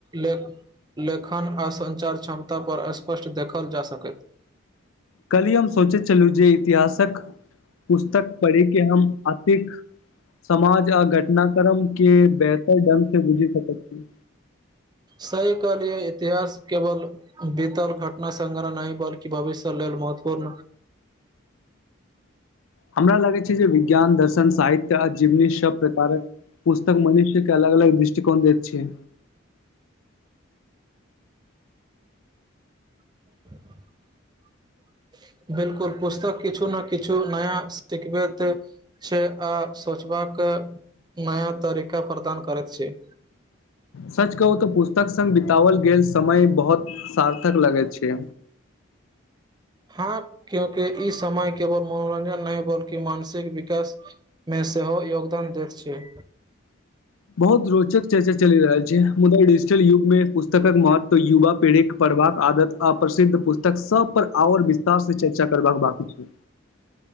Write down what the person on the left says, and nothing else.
कल्हि हम सोचैत छलू जे इतिहासक पुस्तक पढ़िके हम अतिक समाज आ घटना कर्म के बेहतर ढंग से बुझि सकैत छी
हमरा लगै छै जे विज्ञान दर्शन साहित्य आ जीवनी सभ कारक पुस्तक मनष्यके अलग अलग दृष्टिकोण देत छै
सच कहू त पुस्तक संग बितावल गेल समय बहुत सार्थक लगैत छै
बहुत रोचक चर्चा चलि रहल छै मुदा डिजिटल युग में पुस्तक महत्व युवा पीढ़ीक के पढ़ बाक आदत अप्रसिद्ध पुस्तक सभ पर आओर विस्तार से चर्चा चर्चा करबाक बाकी छै